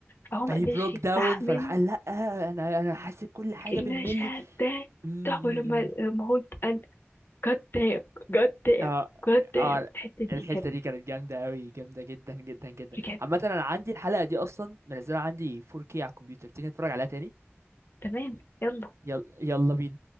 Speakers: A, on the left (about 55°); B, on the right (about 85°).
A: فهو ما
B: فهي
A: قدرش
B: بروك
A: يستحمل
B: داون فراح قال لا انا انا حاسب كل حاجه
A: المشهد
B: بالملي أم-
A: ده
B: أم-
A: تحفه لما
B: أم.
A: لما هو اتقال جاد دام جاد دام
B: اه
A: جاد
B: اه
A: دام الحته دي
B: الحته
A: كانت
B: دي كانت جامده قوي جامده جدا جدا جدا
A: بجد
B: عامه انا عندي الحلقه دي اصلا منزلها عندي 4K على الكمبيوتر تيجي نتفرج عليها تاني
A: تمام يلا
B: يلا يلا بينا